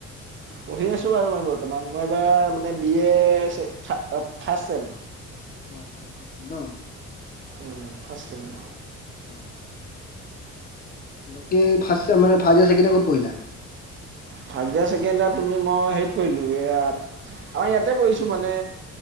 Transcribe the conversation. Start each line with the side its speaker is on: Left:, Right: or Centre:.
Right: পঢ়ি আছোঁ আৰু মই বৰ্তমান মই এইবাৰ মানে বি এ ফাৰ্ষ্ট ছেম।
Left: আচ্ছা <unintelligible> ছেম ন?
Right: উম, ফাষ্ট ছেম ন?
Left: <inaudible> বাকী ফাষ্ট ছেম মানে ফাষ্ট <unintelligible> কত পঢ়িলা?
Right: ফাষ্ট <unintelligible> তুমি মই হেৰিত পঢ়িলোঁ এইয়াত অ', ইয়াতে পঢ়িছোঁ মানে